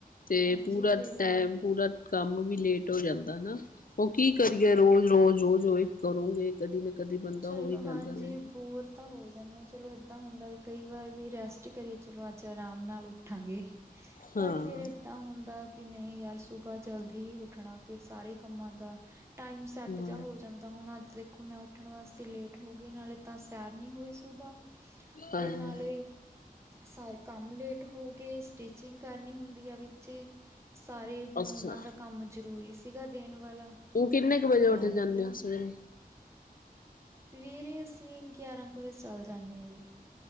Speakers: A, on the left; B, on the right.
A: ਤੇ
B: ਹਾਂਜੀ
A: ਪੂਰਾ
B: ਫੇਰ
A: ਟੈਮ, ਪੂਰਾ ਕੰਮ ਵੀ ਲੇਟ ਹੋ ਜਾਂਦਾ ਹੈਾ। ਉਹ ਕੀ ਕਰੀਏ।
B: ਹਾਂਜੀ
A: ਰੋਜ਼- ਰੋਜ਼, ਰੋਜ਼ਹੀ ਕਰੋਂਗੇ ਕਦੀ, ਨਾ ਕਦੀ ਬੰਦਾ
B: ਚਲੋ
A: ਹੋ ਹੀ ਜਾਂਦਾ
B: ਹਾਂਜੀ
A: ਲੈਣ।
B: ਬੋਰ ਤਾਂ ਹੋ ਜਾਂਦੇ ਆ। ਚਲੋ ਏਦਾਂ ਹੁੰਦਾ ਵੀ ਕਈ ਵਾਰ, ਵੀ ਰੈਸਟ ਕਰੀਏ ਚਲੋ ਅੱਜ ਆਰਾਮ ਨਾਲ ਉੱਠਾਂਗੇ ਪਰ
A: ਹਾਂ
B: ਫੇਰ ਤਾਂ ਹੁੰਦਾ ਕਿ ਨਹੀਂ ਯਾਰ, ਸੁਬਾਹ ਜਲਦੀ ਹੀ ਉੱਠਣਾ ਫੇਰ ਸਾਰੇ ਕੰਮਾਂ ਦਾ। ਟਾਈਮ ਸੈੱਟ
A: ਹਾਂ
B: ਜਿਹਾ ਹੋ ਜਾਂਦਾ। ਹੁਣ ਅੱਜ ਦੇਖੋ ਮੈਂ ਉੱ ਉੱਠਣ ਵਾਸਤੇ ਲੇਟ ਹੋ ਗਈ। ਨਾਲੇ ਤਾਂ ਸਿਆਰ ਨਹੀਂ ਹੋਈ, ਸੁਬਾ
A: ਹਾਂ
B: ਤੇ ਨਾਲੇ ਸਾਰੇ ਕੰਮ ਲੇਟ ਹੋ ਗਏ। ਸਟਿਚਿੰਗ ਕਰਨੀ ਹੁੰਦੀ ਆ ਵਿੱਚ। ਸਾਰੇ ਹੁਣ
A: ਅੱਛਾ
B: ਉਹਨਾਂ ਦਾ ਕੰਮ, ਜ਼ਰੂਰੀ ਸੀਗਾ ਦੇਣ ਵਾਲਾ,
A: ਉਹ ਕਿੰਨੇ ਕੁ ਵਜੇ
B: ਉਹ ਰਹਿ
A: ਉੱਠ
B: ਰਿਹਾ
A: ਜਾਂਦੇ
B: ਗਿਆ।
A: ਹੋ ਸਵੇਰੇ
B: ਸਵੇਰੇ ਅਸੀਂ ਗਿਆਰਾਂ ਕੁ ਵਜੇ ਚੱਲ ਜਾਂਦੇ ਹਾਂ ਜੀ।